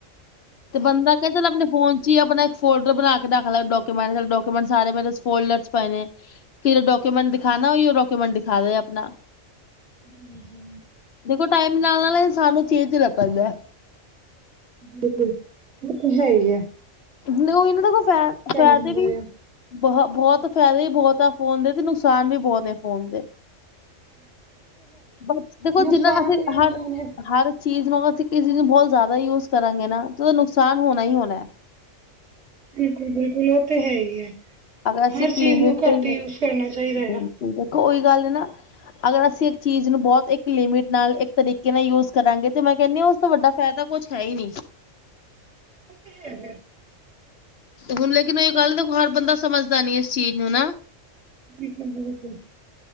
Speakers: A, on the left; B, on the right.
A: ਤੇ ਬੰਦਾ ਕਹਿੰਦਾ ਲੈ ਆਪਣੇ ਫੋਨ ਚ' ਹੀ ਆਪਣਾ ਇੱਕ ਫੋਲਡਰ ਬਣਾ ਕੇ ਰੱਖ ਲ਼ੈ। ਡਾਕੂਮੈਂਟੇ- ਡਾਕੂਮੈਂਟ ਸਾਰੇ ਮੇਰੇ ਫੋਲਡਰ ਚ' ਪਏ ਨੇ। ਕਿ ਡਾਕੂਮੈਂਟ ਦਿਖਾ ਨਾ, ਉਈ ਉਹ ਡਾਕੂਮੈਂਟ ਦਿਖਾ ਦੇ ਆਪਣਾ।
B: ਹਾਂਜੀ।
A: ਦੇਖੋ ਟਾਈਮ ਨਾਲ- ਨਾਲ ਸਾਨੂੰ ਚੇਂਜ ਲਗਣ ਦਿਆ।
B: ਬਿਲਕੁਲ, ਉਹ ਤੇ ਹੈ ਹੀ ਹੈ।
A: ਉਹ ਇਹਨਾਂ ਦਾ ਕੋਈ ਫੈ- ਫੈਦੇ
B: ਜਾਂਦਾ
A: ਵੀ ਬਹੁ- ਬਹੁਤ ਫ਼ਾਇਦੇ ਵੀ ਬਹੁਤ ਆ। ਫੋਨ ਦੇ ਤੇ ਨੁਕਸਾਨ ਵੀ ਬਹੁਤ ਨੇ ਫੋਨ ਦੇ। ਬ ਦੇਖੋ,
B: ਨੁਕਸਾਨ
A: ਜਿੰਨਾ ਅਸੀਂ
B: ਵੀ ਇੰਨੇ
A: ਹਰ-
B: ਨੇ
A: ਹਰ ਚੀਜ਼ ਨੂੰ ਅਸੀਂ ਕਿਸੀ ਚੀਜ਼ ਨੂੰ ਬਹੁਤ ਜ਼ਿਆਦਾ ਯੂਜ ਕਰਾਂਗੇ ਨਾ। ਤੇ ਉਹਦਾ ਨੁਕਸਾਨ ਹੋਣਾ ਹੀ ਹੋਣਾ।
B: ਬਿਲਕੁਲ -ਬਿਲਕੁਲ ਉਹ ਤੇ ਹੈ ਹੀ ਹੈ।
A: ਅਗਰ ਅਸੀਂ
B: ਹਰ
A: ਇੱਕ ਲਿਮਿਟ
B: ਚੀਜ਼ ਨੂੰ
A: ਤੇ
B: ਘੱਟ ਯੂਜ ਕਰਨਾ ਚਾਹੀਦਾ
A: ਬਿਲਕੁਲ
B: ਆ।
A: ਦੇਖੋ, ਉਹੀ ਗੱਲ ਨਾ। ਅਗਰ ਅਸੀਂ ਇੱਕ ਚੀਜ਼ ਨੂੰ ਬਹੁਤ ਇੱਕ ਲਿਮਿਟ ਨਾਲ ਇੱਕ ਤਰੀਕੇ ਨਾਲ ਯੂਜ ਕਰਾਂਗੇ ਤੇ, ਮੈਂ ਕਹਿਨੀ ਆ ਤੋਂ ਵੱਡਾ ਫਾਇਦਾ ਕੁਛ ਹੈ ਹੀ ਨਹੀਂ।
B: ਹੂੰ- ਹੂੰ।
A: ਹੁਣ ਲੇਕਿਨ ਉਹ ਇਹ ਗੱਲ ਹਰ ਬੰਦਾ ਸਮਝਦਾ ਨੀ ਇਸ ਚੀਜ਼ ਨੂੰ ਨਾ।
B: ਬਿਲਕੁਲ ਜੀ, ਬਿਲਕੁਲ।